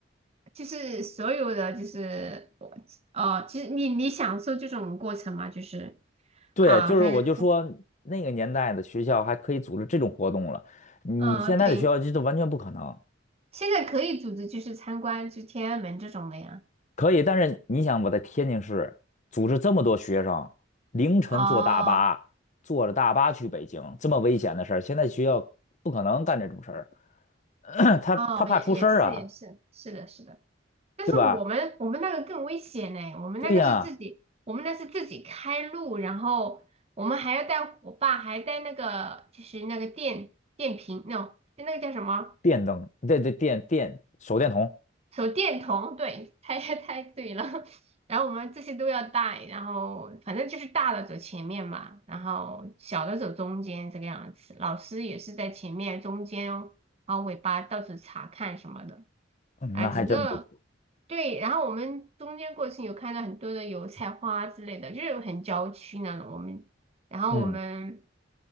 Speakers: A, on the right (about 35°); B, on the left (about 40°).
A: 就是所有的就是我哦，其实你你享受这种过程吗？就是
B: 对，
A: 啊，
B: 就是我就说那个年代的学校还可以组织这种活动了，
A: 很很
B: 你现在的学校这都完全不可能。
A: 嗯，对。现在可以组织就是参观就天安门这种的呀。
B: 可以，但是你想我在天津市组织这么多学生，凌晨坐大巴，
A: 哦
B: 坐着大巴去北京，这么危险的事儿，现在学校不可能干这种事儿，<coughs> <clears throat> 他他怕出事儿啊，
A: 哦，也也是也是，是的是的。但是我们我们那个更危险呢，
B: 对吧？
A: 我们那个是自己，
B: 对呀，
A: 我们那是自己开路，然后我们还要带火把，还带那个就是那个电电瓶那种就那个叫什么？
B: 电灯，对对电电手电筒，
A: 手电筒，对，猜 <laughs> 猜对了。然后我们这些都要带，然后反正就是大的走前面嘛，然后小的走中间这个样子。老师也是在前面、中间哦，然后尾巴到处查看什么的。
B: 嗯，
A: 啊，
B: 那还真不错。
A: 整个对，然后我们中间过程有看到很多的油菜花之类的，就是很郊区那种。我们然后我们
B: 嗯，